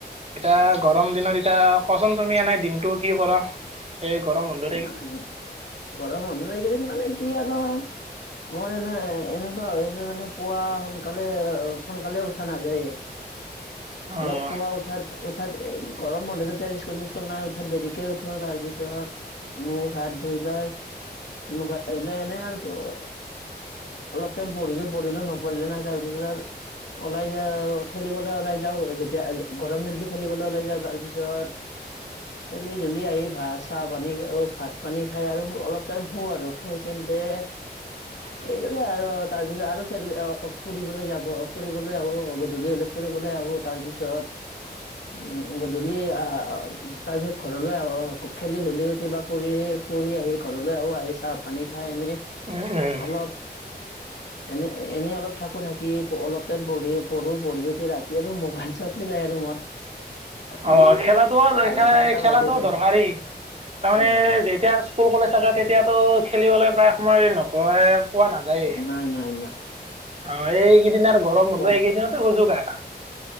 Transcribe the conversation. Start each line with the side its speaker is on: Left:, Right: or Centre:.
Right: এতিয়া গৰম দিনত এতিয়া কৱাচোন, তুমি এনেই দিনটো কি কৰা? এই গৰম বন্ধ ত।
Left: নাই, গৰম বন্ধ এইকেইদিন মানে কি আৰু। মোৰ এনেই এনেকুৱা হৈ আছে মানে পুৱা সোনকালে সোনকালে উঠা নাযায়েই।
Right: অ',
Left: অলপ পুৱা উঠাত- উঠাত গৰম বন্ধ যেতিয়া স্কুল চিস্কুল নাই, উঠাত দেৰিকে উঠোঁ তাৰপিছত- মুখ, হাত ধুই লয়। মুখ হাত ধুই লৈ এনেই আৰু প- অলপ টাইম পঢ়িলে পঢ়িলো, নপঢ়িলে নাই। তাৰপিছত- ওলাই যাও আৰু, খেলিবলৈ ওলাই যাওঁ। যেতিয়া গৰম নিদিলো খেলিবলে ওলাই যাওঁ, তাৰ পিছত-
Right: <inaudible>
Left: খেলি ধূলি আহি ভাত, চাহ, পানী- অ ভাত পানী খাই আৰু অলপ টাইম শু আৰু শুই কেন্তে-
Right: <inaudible>
Left: এইদৰে আৰু তাৰপিছত আৰু খেল ফুৰিবলৈ যাব, ফুৰিবলৈ আৰু গধূলি হ'লে- ফুৰিবলৈ আহোঁ, তাৰ পিছত- উম উম' গধূলি আহ তাৰ পিছত ঘৰলৈ আহো খেলি ধূলি- কিবা ফুৰি, ফুৰি আহি ঘৰলৈ আহো আহি চাহ পানী খাই এনেই-
Right: উম, উম।
Left: অলপ- এনে এনেই অলপ থাকো, থাকি অলপ টাইম পঢ়ি পঢ়ো পঢ়ি উঠি ৰাত- এতিয়া আৰু মোবাইল চোৱাতে যায় আৰু মোৰ। ৰাতি
Right: অ', খেলাটো,
Left: বাৰটা এটা
Right: খেলাটো
Left: বাজে আৰু
Right: দৰকাৰী। তাৰমানে
Left: হয় হয় হয়
Right: যেতিয়া স্কুল কলেজ থাকে তেতিয়াতো খেলিবলৈ প্ৰায় সময় নপৰেৰে। পোৱা নাযায়েই অ,
Left: নাই নাই নাই
Right: এইকেইদিন আৰু। গৰম বন্ধ
Left: কোৱা
Right: এইকেইদিনতে হুজুক আৰু।